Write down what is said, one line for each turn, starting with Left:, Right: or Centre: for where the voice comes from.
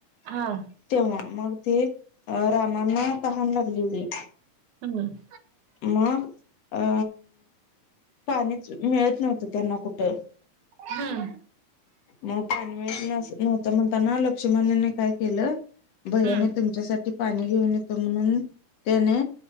Right: हा
Left: तेव्हा मग ते अ रामांना तहान लागलेली.
Right: हम्.
Left: मग अ पाणीच मिळत नव्हतं त्यांना कुठं.
Right: हम्म.
Left: मग पाणी मिळत न नव्हतं म्हणता ना लक्ष्मणनी काय केलं. भैया
Right: हम्म.
Left: मी तुमच्यासाठी पाणी घेऊन येतो म्हणून त्याने